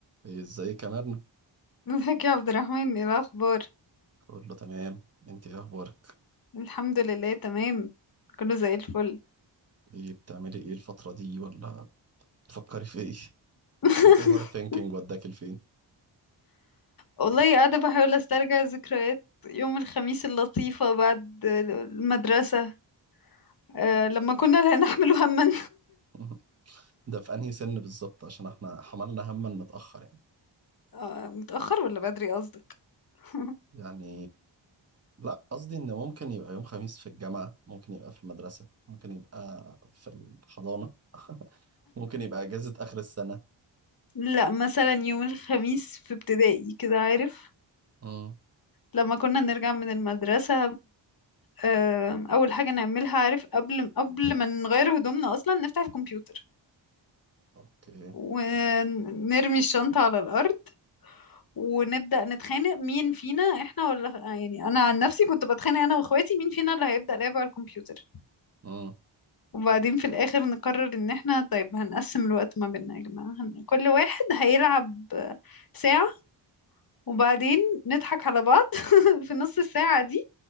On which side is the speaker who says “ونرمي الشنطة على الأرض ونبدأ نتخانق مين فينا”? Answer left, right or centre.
Left